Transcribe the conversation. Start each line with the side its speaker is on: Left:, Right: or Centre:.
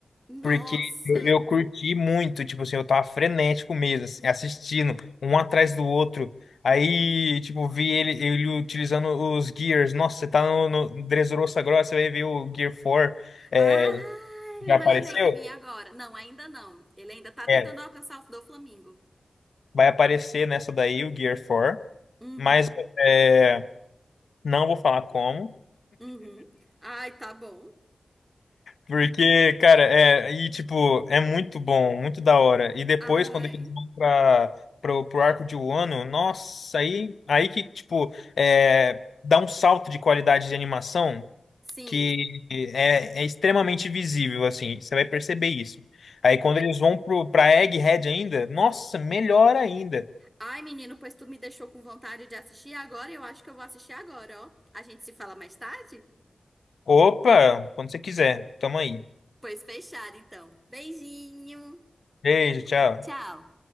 Right: Nossa!
Left: Porque eu, eu curti muito, tipo assim, eu tava frenético mesmo, assim, assistindo um atrás do outro. Aí, tipo, vi ele, ele utilizando os Gears. Nossa, você tá no, no Dressrosa agora, você vai ver o Gear 4. É,
Right: Ah,
Left: já
Right: eu imaginei
Left: apareceu?
Right: que vinha agora. Não, ainda não. Ele ainda tá tentando
Left: É,
Right: alcançar o do Flamengo.
Left: vai aparecer nessa daí, o Gear 4.
Right: Uhum,
Left: Mas é, não vou falar como.
Right: uhum. Ai, tá bom.
Left: Porque, cara, é, e tipo, é muito bom, muito da hora. E depois,
Right: Ai,
Left: quando eles vão pra, pro, pro arco de Wano, nossa, aí, aí que, tipo, é, dá um salto de qualidade de animação
Right: sim.
Left: que é, é extremamente visível, assim, você vai perceber isso. Aí quando eles vão pro, pra Egghead ainda, nossa, melhor ainda.
Right: Ai, menino, pois tu me deixou com vontade de assistir agora. Eu acho que eu vou assistir agora, ó. A gente se fala mais tarde?
Left: Opa, quando você quiser, tamo aí.
Right: Pois fechado, então. Beijinho.
Left: Beijo, tchau.
Right: Tchau.